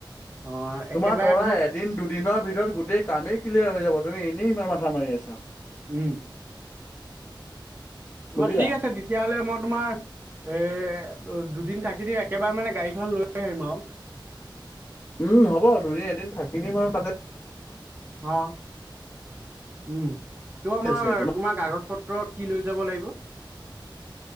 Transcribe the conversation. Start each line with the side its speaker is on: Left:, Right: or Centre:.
Right: অ
Left: তোমাৰ
Right: একেবাৰে
Left: ধৰা এদিন দুদিনৰ ভিতৰত গোটেই কামেই ক্লিয়াৰ হৈ যাব তুমি এনেই ইমান মান মাৰ আছা
Right: উম তোমাৰ
Left: বুজিলা
Right: ঠিক আছে তেতিয়াহলে মই তোমাৰ এই দুদিন থাকি দি একেবাৰে মানে গাড়ীখন লৈ আহিম আৰু
Left: উম হ'ব দুনে এদিন থাকি দিম আৰু তাতে
Right: অ উম ত আমাৰ
Left: আছে এইটো ন
Right: তোমাৰ কাগজ পত্ৰ কি লৈ যাব লাগিব